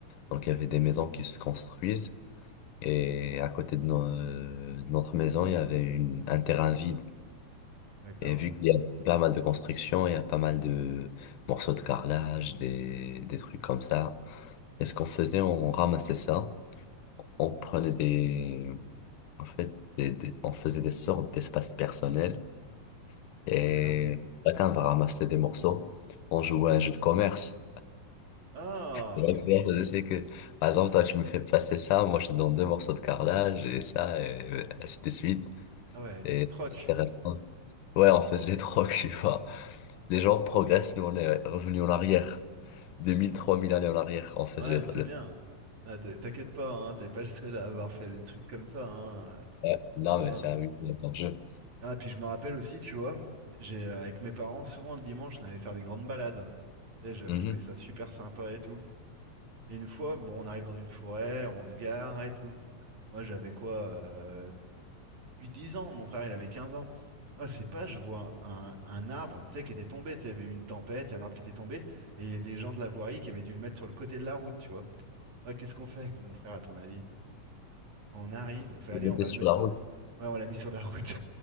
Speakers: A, on the left; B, on the right.
A: Donc, il y avait des maisons qui se construisent. Et à côté de, no- euh, de notre maison, il y avait une, un terrain vide.
B: d'accord,
A: Et vu qu'il y a pas mal de construction, il y a pas mal de morceaux de carrelage, des, des trucs comme ça. Et ce qu'on faisait, on ramassait ça on prenait des, en fait, des- des- on faisait des sortes d'espaces personnels et
B: d'accord.
A: chacun va ramasser des morceaux. On jouait à un jeu de commerce.
B: Ah,
A: Et là, tu vois, je sais que, par exemple, toi, tu me fais passer ça, moi, je te donne deux morceaux de carrelage et ça, et ainsi de suite.
B: ah ouais, dit
A: Et
B: troc.
A: c'est intéressant. Ouais, on faisait des trocs, <laughs> tu vois. Les gens progressent, nous, on est revenus en arrière. deux mille trois mille années en arrière, on faisait
B: Ouais, mais
A: le...
B: c'est bien.
A: le-
B: Ah, t'in- T'inquiète pas, hein, t'es pas le seul à avoir fait des trucs comme ça. hein. euh,
A: Ouais, non,
B: Ah.
A: mais c'est amusant, comme jeu.
B: Ah, puis je me rappelle aussi, tu vois, j'ai euh, avec mes parents, souvent le dimanche, on allait faire des grandes balades. Tu sais, je
A: Mhm.
B: je trouvais ça super sympa et tout. Et une fois, bon, on arrive dans une forêt, on se gare et tout. Moi, j'avais quoi, euh, 8-10 ans, mon frère, il avait 15 ans. Ah, c'est pas, je vois un, un arbre, tu sais, qui était tombé, tu sais, il y avait eu une tempête, il y a un arbre qui était tombé, et il y a des gens de la voirie qui avaient dû le mettre sur le côté de la route, tu vois. Ah, qu'est-ce qu'on fait avec mon frère, à ton avis? On arrive, on fait,
A: On
B: allez, on
A: était
B: va
A: sur
B: le mettre...
A: la route.
B: au- Ouais, on l'a mis sur la route,